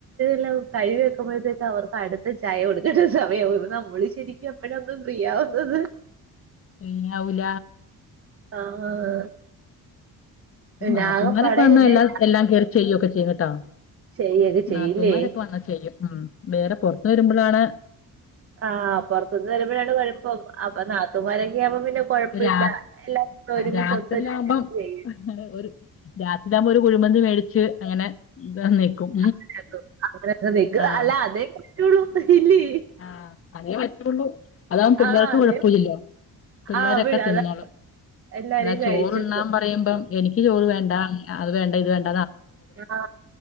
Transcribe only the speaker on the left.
പിയാവൂല
നാത്തൂമാരൊക്കെ
വന്ന
എല്ലാം എല്ലാം കയറി ചെയ്യൊക്കെ ചെയ്യും കെട്ടോ
നാത്തൂമാരൊക്കെ വന്നാ ചെയ്യും ഉം വേറെ പൊറത്ത് വരുമ്പളാണ്
രാ
രാത്രിലാകുമ്പം
ഒരു രാത്രിയാവുമ്പോ ഒരു കുഴിമന്തി മേടിച്ച് അങ്ങനെ ഇത നിക്കും
ആഹ്
ആഹ് അതേ പറ്റുള്ളൂ അതാവുമ്പോ പിള്ളേർക്ക്
കുഴപ്പല്ല്യല്ലോ പിള്ളേരക്കെ
തിന്നോളും
ല്ല ചോറ്
ണ്ണാൻ പറയുമ്പം എനിക്ക് ചോറ് വേണ്ട അത് വേണ്ട ഇത് വേണ്ട